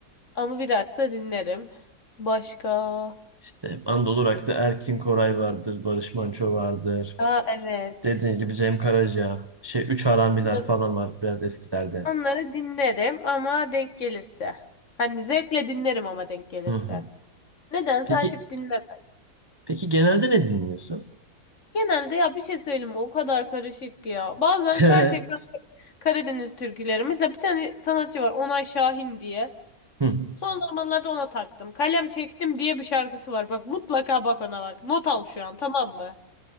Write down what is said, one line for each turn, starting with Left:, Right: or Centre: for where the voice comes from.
Left: Ama bir açsa dinlerim. Başka.
Right: İşte Anadolu Rock'ta Erkin Koray vardır, Barış Manço vardır.
Left: Aa evet.
Right: Dediğin gibi Cem Karaca, şey Üç Haramiler
Left: Onları,
Right: falan var biraz eskilerde.
Left: onları dinlerim ama denk gelirse. Hani zevkle dinlerim ama denk gelirse.
Right: Hı hı.
Left: Nedense
Right: Peki
Left: açıp dinleme.
Right: peki genelde ne dinliyorsun?
Left: Genelde ya bir şey söyleyeyim mi? o kadar karışık ki ya. Bazen
Right: <laughs>
Left: gerçekten Karadeniz türküleri. Mesela bir tane sanatçı var Onay Şahin diye.
Right: Hı.
Left: Son zamanlarda ona taktım. Kalem çektim diye bir şarkısı var. Bak mutlaka bak ona bak. Not al şu an tamam mı?